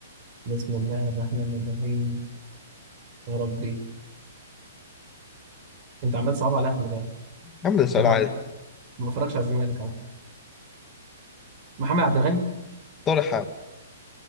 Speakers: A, on the right; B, on the left.
A: بسم الله الرحمن الرحيم يا ربي انت عمال تصعب على اهلي بقى
B: يا عم ده سؤال
A: عشان
B: عادي
A: انا ما بفرجش على الزمالك اهو محمد عبد الغني
B: طارق حامد